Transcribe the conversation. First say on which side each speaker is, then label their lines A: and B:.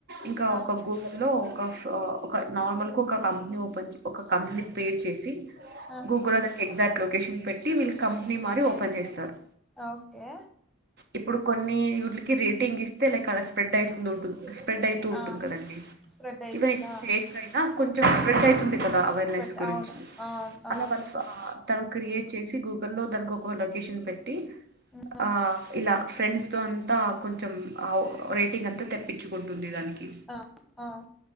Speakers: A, on the right (about 50°); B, in the centre.
A: ఇంక
B: ఆ
A: ఒక గు లో ఒక ఆ ఒక నార్మల్ కు ఒక కంపెనీ ఓపెన్ చ ఒక కంపెనీ పేర్ చేసి
B: ఆ
A: గూగుల్ లో దానికి ఎగ్జాక్ లోకేషన్ పెట్టి వీళ్ళు కంపెనీ మారి ఓపెన్ చేస్తారు
B: ఓకే
A: ఇప్పుడు కొన్ని యూట్లకి రేటింగ్ ఇస్తే లే కలర్స్ స్ప్రెడ్ అయితుంటుంది స్ప్రెడ్ అయితూ ఉంటుంది
B: ఆ
A: కదండి
B: స్ప్రెడ్ అయితుందా
A: ఈవన్ సేక్ అయిన కొంచెం స్ప్రెడ్ అయితుంది కదా అవేర్నెస్
B: స్ప్రెడ్
A: గురించి
B: అవును అవును
A: అల
B: ఆ
A: వంచుతా ఆ తను క్రియేట్ చేసి గూగుల్లో దానికి ఒక లొకేషన్ పెట్టి
B: ఉమ్
A: ఆ ఇల ఫ్రెండ్స్ తో అంతా కొంచెం రేటింగ్ అంతా తెప్పించుకుంటుంది దానికి
B: ఆ